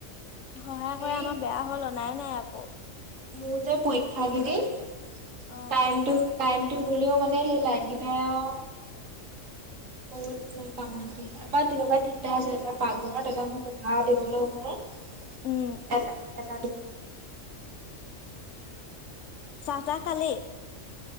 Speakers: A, on the left; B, on the right.
A: সহায়
B: হেৰি
A: কৰে আমাৰ বেয়া হ'ল নাই আকৌ।
B: মোৰ যে পৰীক্ষা কেইদিন কাৰেণ্টতো
A: অ
B: কাৰেণ্ট ত গ'লেও মানে সেই লাইট কেইটায়ে আৰু বহুত মানে কামত দিয়ে। আমাৰ তেনেকুৱা তিনিটা আছিলে এটা পাকঘৰত এটা মই পঢ়া টেবুলৰ ওপৰত।
A: উম
B: এটা-এটা
A: চাহ তাহ খালি?